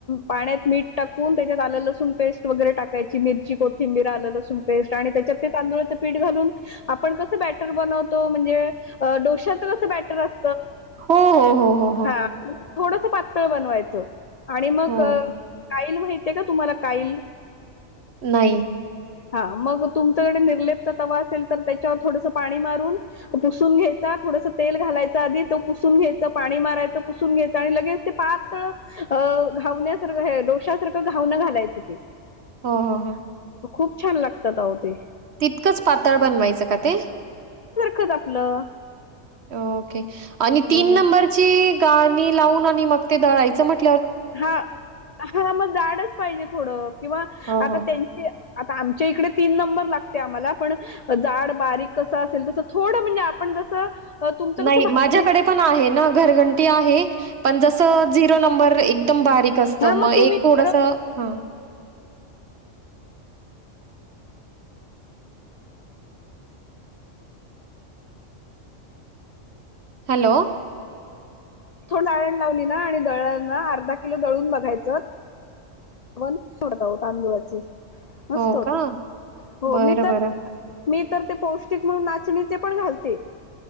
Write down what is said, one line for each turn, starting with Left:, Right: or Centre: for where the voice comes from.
Left: पाण्यात मीठ टाकून त्याच्यात आलं लसूण पेस्ट वगैरे टाकायची, मिरची कोथिंबीर आलं लसूण पेस्ट, आणि त्याच्यात ते तांदुळाचं पीठ घालून आपण कसं बॅटर बनवतो, म्हणजे डोश्याच कसं बॅटर अस
Right: हो हो. हो, हो.
Left: हा थोडस पातळ बनवायचं, आणि मग
Right: हो
Left: काइ काईल माहितीे का, तुम्हाला काईल?
Right: नाही.
Left: हा मग तुमच्याकडे निर्लेप चा तवा असेल तर, त्याच्यावर थोडस पाणी मारून पुसून घ्यायचा थोडस तेल घालाय च आधी तो पुसून घ्याय पाणी मारायच पुसून घ्यायचं, आणि लगेच ते पातळ घावण्यासारंख डोशा सारखं घाव घावन घालायच ते.
Right: हो हो हो.
Left: खूप छान लागतात अहो ते.
Right: तितकंच पातळ बनवायचं का ते?
Left: खज आपलं
Right: ओके आणि तीन
Left: हो.
Right: नंबरची गाळणी लावून आणि मग ते दळायचं म्हट
Left: हा हा मग जाडच पाहिजे थोडं किंवा
Right: हो,
Left: आता
Right: हो.
Left: त्यांची आता आमच्या इकडे तीन नंबर लागते आम्हाला पण जाड बारीक कसं असेल तसं थोडं म्हणजे आपण कसं! तुमचं
Right: नाही
Left: भाकरी
Right: माझ्याकडे पण आहे ना घरघंटी आहे पण जस झिरो नंबर एक एकदम बारीक असत,
Left: हा
Right: मग एक
Left: तुम्ही
Right: थोडस
Left: थोडं
Right: ह‌. हॅलो.
Left: थो डाळण लावली ना आणि दळण ना अर्धा किलो दळून बघायचं वन सोडता ओ तांदुळाचे मस्त
Right: हो
Left: होता
Right: का?
Left: हो
Right: बरं,
Left: मी तर
Right: बरं.
Left: मी तर ते पौष्टिक म्हणून नाचणीचे पण घालते.